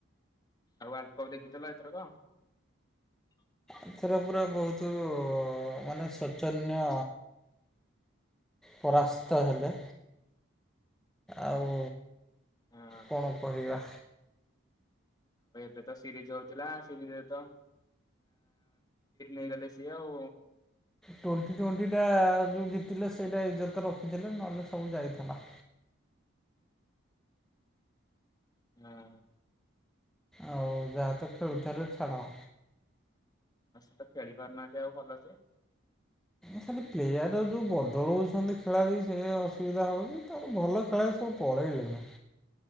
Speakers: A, on the left (about 20°); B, in the centre.
A: ଆଉ ୱଲଡକପ ଦେଖିଛନା ଏଥରକ?
B: ଏଥିର ପୁରା ବହୁତ ମାନେ ଶୌଚନ୍ୟ ପରାସ୍ତ ହେଲେ। ଆଉ
A: ହଁ।
B: କଣ କହିବା?
A: ଆଉ ଏବେ ତ ସିରିଜ ହଉଥିଲା ସିରିଜରେ ଚାଟ୍ ନେଇଗଲେ ସିଏ ଆଉ।
B: ଟ୍ୱେଣ୍ଟି ଟ୍ୱେଣ୍ଟି ଟା ଯେଉଁ ଜିତିଲେ ସେଇଟା ଇଜ୍ଜତ ରଖିଦେଲେ। ନହେଲେ ସବୁ ଯାଇଥିଲା।
A: ନା।
B: ଆଉ ଯାହା ତ ଖେଳୁଥିଲେ ଛାଡ଼ା।
A: ଆ ସେ ତ ଖେଳି ପାରୁନାହାନ୍ତି ଆଉ ଭଲସେ।
B: ଖଲି ପ୍ଲେୟାର ଯଉ ବଦଳଉଛନ୍ତି ଖେଳାଳି ସେ ଅସୁବିଧା ହଉଛି। ତାହେଲେ ଭଲ ଖେଳାଳି ସବୁ ପଳେଇଲେନା।